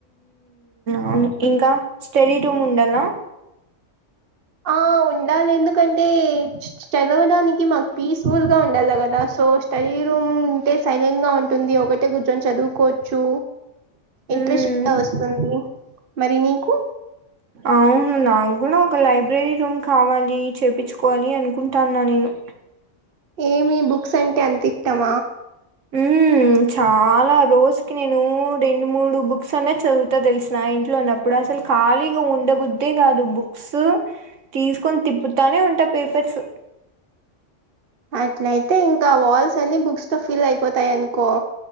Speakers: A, on the right (about 75°); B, on the right (about 50°).
A: అవును ఇంకా స్టడీ రూమ్ ఉండాలా
B: ఆ ఉండాలి ఎందుకంటే చదవడానికి మాకు పీస్ఫుల్ గా ఉండాలి కదా సో శరీరం ఉంటే సైలెంట్ గా ఉంటుంది ఒకటే కొంచెం చదువుకోవచ్చు ఇంట్రెస్ట్
A: ఉమ్
B: కూడా వస్తుంది మరి నీకు
A: అవును నాకు కూడా ఒక లైబ్రరీ రూమ్ కావాలి చేపించుకోవాలి అనుకుంటాన్నా నేను
B: ఏమి బుక్స్ అంటే అంతే తమ
A: ఉ చాలా రోజుకి నేను రెండు మూడు బుక్స్ అన్న చదువుతా తెలిసిన ఇంట్లో ఉన్నప్పుడు అసలు ఖాళీగా ఉండబద్దే కాదు బుక్స్ తీసుకొని తిప్పుతానే ఉంటా పేపర్స్
B: అట్లయితే ఇంకా వాల్స్ అన్ని బుక్స్ తో ఫిల్ అయిపోతాయి అనుకో